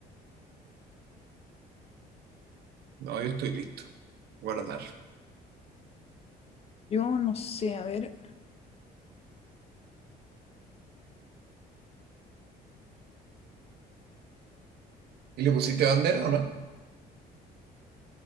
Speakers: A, on the right (about 75°); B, on the left (about 35°).
A: No, yo estoy listo. Guardar.
B: Yo no sé, a ver.
A: ¿Y le pusiste bandera o no?